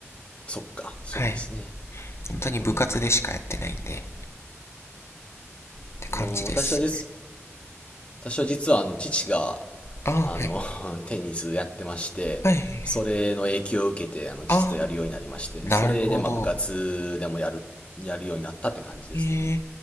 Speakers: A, on the left (about 25°); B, on the left (about 65°).
A: そっか、そうですね。
B: はい。本当に部活でしかやってないんで、
A: 4、5年か。
B: って感じです。
A: あの、私は実、私は実はあの、父が、
B: ああ、
A: あの、
B: はい。
A: <laughs> テニスやってまして、
B: はいはいはい。
A: それの影響を受けて、あの、父とやるようになりまして、
B: ああ、なるほど。
A: それで、まあ、部活でもやる、やるようになったって感じですね。
B: えー、